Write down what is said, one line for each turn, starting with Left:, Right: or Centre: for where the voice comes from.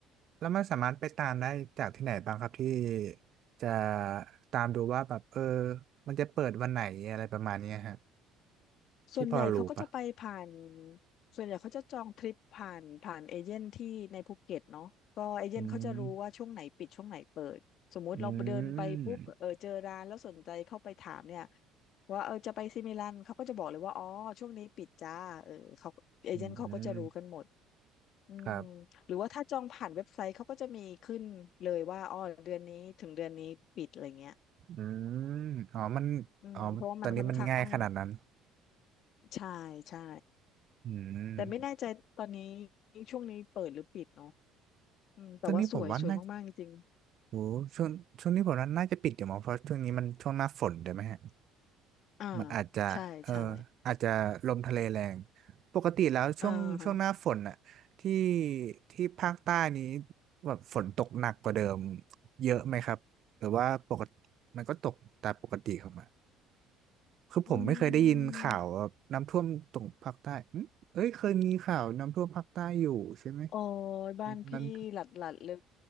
Right: แล้วมันสามารถไปตามได้จากที่ไหนบ้างครับที่จะตามดูว่าแบบเออมันจะเปิดวันไหนอะไรประมาณเนี้ยฮะที่พอรู้ปะ
Left: ส่วนใหญ่เขาก็จะไปผ่านส่วนใหญ่เขาจะจองทริปผ่านผ่านเอเจนต์ที่ในภูเก็ตเนาะก็เอเจนต์เขาจะรู้ว่าช่วงไหนปิดช่วงไหนเปิดสมมุติเราเดินไปปุ๊บเออเจอร้านแล้วสนใจเข้าไปถามเนี่ย
Right: อืมอืม
Left: ว่าเออจะไปซิมิลันเขาก็จะบอกเลยว่าอ๋อช่วงนี้ปิดจ้าเออเขาเอเจนต์เขาก็จะรู้กันหมด
Right: อืม
Left: อืม
Right: ครับ
Left: หรือว่าถ้าจองผ่านเว็บไซต์เขาก็จะมีขึ้นเลยว่าอ๋อเดือนนี้ถึงเดือนนี้ปิดอะไรเงี้ย
Right: อืมอ๋อมันอ๋อตอนนี้มันง่ายขนาดนั้น
Left: อืมเพราะว่ามันค่อนข้างใช่ใช่
Right: อืม
Left: แต่ไม่แน่ใจตอนนี้ช่วงนี้เปิดหรือปิดเนาะอืมแต่ว่าสวยสวยมากๆจริง
Right: ช่วงนี้ผมว่าน่าโหช่วงช่วงนี้ผมว่าน่าจะปิดอยู่มั้งเพราะช่วงนี้มันช่วงหน้าฝนด้วยไหมฮะ
Left: ๆอ่า
Right: มันอาจจะเออ
Left: ใช่ใช่
Right: อาจจะลมทะเลแรงปกติแล้วช่วงช่วงหน้าฝนน่ะที่
Left: อ่าฮะ
Right: ที่ภาคใต้นี้แบบฝนตกหนักกว่าเดิมเยอะไหมครับหรือว่าปกติมันก็ตกตามปกติของมันคือผมไม่เคยได้ยินข่าวว่าน้ำท่วมตรงภาคใต้อืมเอ้ยเคยมีข่าวน้ำท่วมภาคใต้อยู่ใช่ไหม
Left: อืมโอ้ยบ้านพี่หลัดๆเลย
Right: มันนั้น